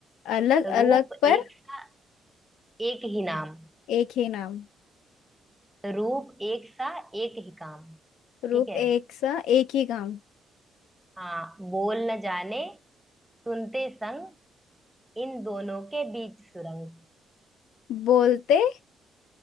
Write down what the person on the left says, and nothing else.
अलग
अलग पर
एक ही नाम
रूप
एक सा एक ही काम
बोलते